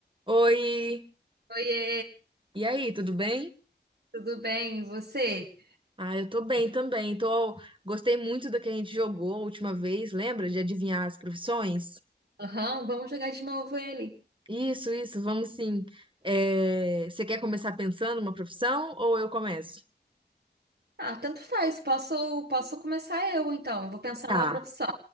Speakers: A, on the right; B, on the right.
A: Oi,
B: Oiê,
A: e aí, tudo bem?
B: tudo bem? E você?
A: Ah, eu tô bem também. Tô... Gostei muito da que a gente jogou a última vez, lembra? De adivinhar as profissões?
B: Aham, vamos jogar de novo ele.
A: Isso, isso, vamos sim. É, Você quer começar pensando uma profissão ou eu começo?
B: Ah, tanto faz. Posso, posso começar eu, então. Eu Vou pensar
A: Tá,
B: numa profissão.